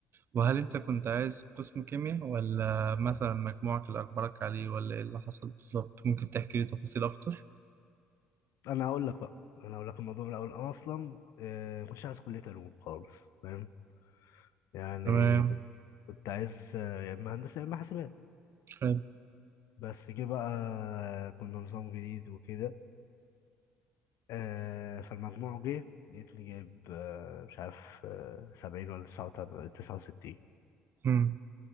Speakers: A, on the right; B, on the left.
A: وهل انت كنت عايز قسم كيمياء ولا مثلا مجموعك اللي اجبرك عليه ولا ايه اللي حصل بالظبط ممكن تحكي لي تفاصيل اكتر؟
B: انا هقول لك بقى انا هقول لك الموضوع من الاول انا اصلا آه، ما كنتش عايز كليه علوم خالص فاهم يعني
A: تمام
B: كنت كنت عايز آه، يا اما هندسه يا اما حاسبات
A: حلو
B: بس جه بقى آه، كنا نظام جديد وكده آه، فالمجموع جه لقيتني جايب آه، مش عارف آه، سبعين ولا تسعة وستين
A: امم